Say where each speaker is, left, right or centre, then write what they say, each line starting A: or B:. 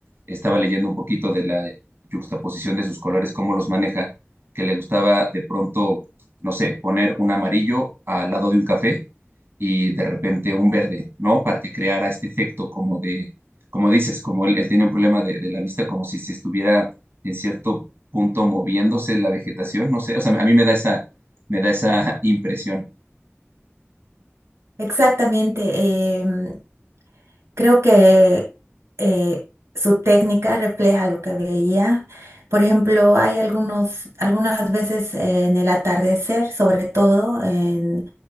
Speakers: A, on the right; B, on the right.
A: Estaba leyendo un poquito de la yuxtaposición de sus colores, cómo los maneja, que le gustaba de pronto, no sé, poner un amarillo al lado de un café y de repente un verde, ¿no? Para que creara este efecto como de, como dices, como él, él tenía un problema de, de la vista, como si se estuviera en cierto punto moviéndose la vegetación, no sé, o sea, a mí me da esa, me da esa <laughs> impresión.
B: Exactamente. em, Creo que eh, su técnica refleja lo que veía. Por ejemplo, hay algunos, algunas veces eh, en el atardecer, sobre todo en,